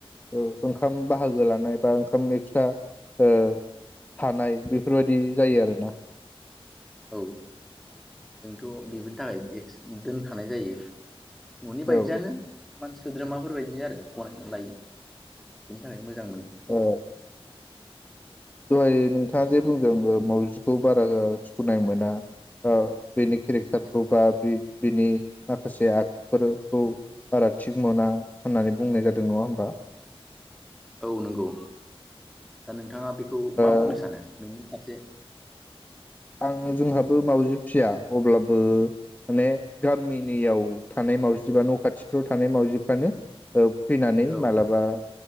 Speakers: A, on the left; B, in the centre.
A: ओ ओंखाम बाहागो लानाय बा ओंखाम एक्सट्रा ओ थानाय बे बेफोरबायदि जायो आरोना
B: औ जोंथ बेफोरनि थाखाय एकस दोनखानाय जायो न'नि बायदियानो
A: औ
B: मान सोद्रोमाफोर बायदि आरो गनायनानै लायो बेनि थाखायनो मोजां मोनो
A: औ दहाय नोंथाङा जे बुंदों मावजिखौ बारा ओ सुखुनाय मोना बा ओ बेनि केरेक्टारखौ बा बे बेनि माखासे आखुफोरखौ बारा थिग मोना होननानै बुंनाय जादों नङा होमबा?
B: औ नंगौ दा नोंथाङा बेख खौ मा बुंनो
A: औ
B: सानो बे नि फारसे
A: आं जोंहाबो मावउजि फिया अब्लाबो माने गामिनियाव थानाय मावजि बा न' खाथिफ्राव थानाय मावजिफ्रानो ओ फैनानै
B: औ
A: मालाबा